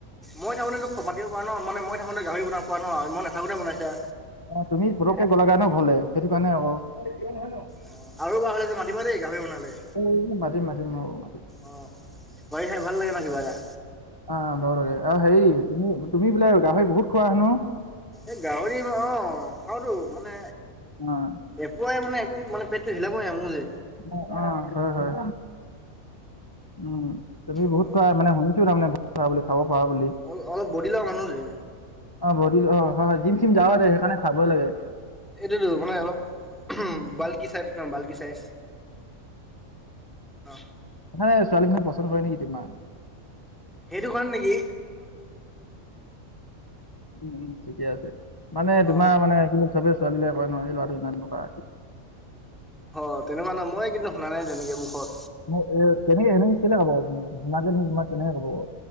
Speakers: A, in the centre; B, on the left.
A: মই থাকোতেটো মাতিব পাৰা ন। মানে মই থাকোতে গাহৰি বনাব পাৰা ন? আজি মই নাথাকোতে বনাইছা।
B: অ তুমি পুতুককে গ'লাগে ন ঘৰলে। সেইটোকাৰণে আক'। অই এইটো জিঅ নহয় ন?
A: অ আৰু <unintelligible> হ'লে মাতিবা দেই গাহৰি বনালে।
B: অ মাতিম মাতিম অ মাতিম।
A: অহ, গাহৰি খাই ভাল লাগে নহ কিবা এটা
B: অ হয়, অ হেৰি তুমি, তুমি বোলে গাহৰি বহুত খোৱা হেনো
A: এই গাহৰি অ খাওটো মানে
B: উম
A: এপোৱাই মানে একো মানে পেটটো হিলাবই নোৱাৰে মোৰ যে।
B: উ আ হয়, হয়। উম তুমি বহুত
A: অ
B: কোৱা মানে শুনিছো তাৰমানে বহুত বুলি খাব পাৰা বুলি।
A: অল অলপ বডি লগা মানুহ যে।
B: অহ বডি অহ হয়, জিম চিম যাবা দে সেইকাৰণে খাবই লাগে।
A: এইটোতো মানে অলপ বাল্কি চাইজ নহ বাল্কি চাইজ। অহ
B: আৰে ছোৱালী টোৱালী পচন্দ কৰে নেকি তোমাক
A: সেইটো কাৰণে নেকি
B: উম উম ঠিকে আছে, মানে তোমাৰ
A: অ
B: মানে কি চবে ছোৱালী লয় কয় নহ, এই লৰাটো ইমান বগা
A: হয়, তেনেকুৱা নাই মই কিন্তু শুনা নাই তেনেকে মুখত।
B: এহ, এহ, তেনেকে সেনেকে কেলে কবনো, মাকজনীয়ে তোমাক কেনেকে কব কহ